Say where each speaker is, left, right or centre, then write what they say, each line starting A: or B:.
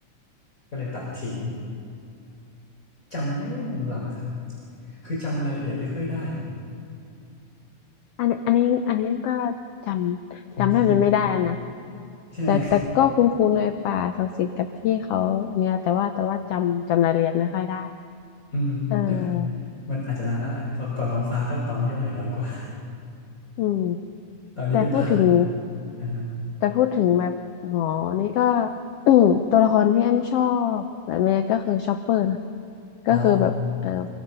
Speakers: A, on the left; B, on the left.
A: ก็เลยตัดทิ้งจำได้ว่ามังบลังครับคือจำรายละเอียดไม่ค่อยได้อ่ะ
B: อันนี้อันนี้อันนี้ก็จำจำแทบจะไม่ได้แล้วนะ
A: คุ้นคุ้นไหมใช่ไหม
B: แต่แต่ก็คุ้นคุ้นไอป่าศักดิ์สิทธิ์กับที่เขาอันเนี้ยแต่ว่าแต่ว่าจำจำรายละเอียดไม่ค่อยได้
A: <laughs> อืมอืมด้วย
B: เออ
A: มันอาจจะนานแล้วแหละก่อนท้องฟ้าก็ตอนที่เท่าไหร่ร้อยกว่า
B: อืม
A: ตอนนี้เป็นพันแล้วนะ
B: แต่พูดถึง
A: อ่าฮะ
B: แต่พูดถึงแบบหมอนี่ก็ <clears throat> ตัวละครที่แอมชอบแบบนี้ก็คือชอปเปอร์นะ
A: อ๋อ
B: ก็คือแบบเออ